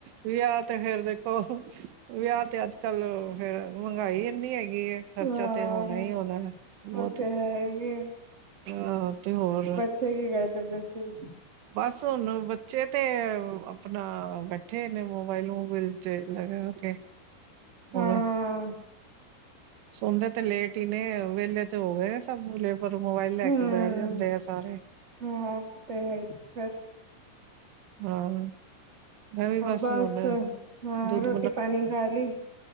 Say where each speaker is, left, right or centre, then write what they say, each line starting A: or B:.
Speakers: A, on the right; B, on the right.
A: ਵਿਆਹ ਤੇ ਫੇਰ ਦੇਖੋ ਵਿਆਹ ਤੇ ਅਜ ਕਲ ਫੇਰ ਮਹਿੰਗਾਈ ਇੰਨੀ ਹੈਗੀ ਹੈ ਖ਼ਰਚਾ
B: ਹਾਂ
A: ਤੇ ਹੋਣਾ ਹੀ ਹੋਣਾ ਬਹੁਤ,
B: ਉਹ ਤੇ ਹੈ ਹੀ
A: ਅਹ ਤੇ ਹੋਰ
B: ਚਗੀ ਕਿੜਤ ਡ ਸੀ <unintelligible>
A: ਬਸ ਹੁਣ ਬੱਚੇ ਤੇ ਆਪਣਾ ਬੈਠੇ ਹੋਏ ਨੇ ਮੋਬਾਇਲ ਮੁਬਾਇਲ ਲਗਾ ਕੇ ਹੋਰ
B: ਹਾਂ
A: ਸੋਂਦੇ ਤੇ ਲੇਟ ਹੀ ਨੇ, ਵੇਹਲੇ ਤੇ ਹੋ ਗਏ ਨੇ ਸਭ ਪਰ ਮੋਬਾਈਲ ਲੈ
B: ਹਮ
A: ਕੇ ਬੈਠ ਜਾਂਦੇ ਐ ਸਾਰੇ
B: ਹਾਂ ਉਹ ਤੇ ਹੈ ਹੀ ਫੇਰ
A: ਹਾਂ ਮੈਂ ਵੀ
B: ਹੋਰ ਬਸ
A: ਹੁਣ
B: ਹਾਂ
A: ਦੁੱਧ
B: ਰੋਟੀ ਪਾਣੀ ਖਾ ਲਈ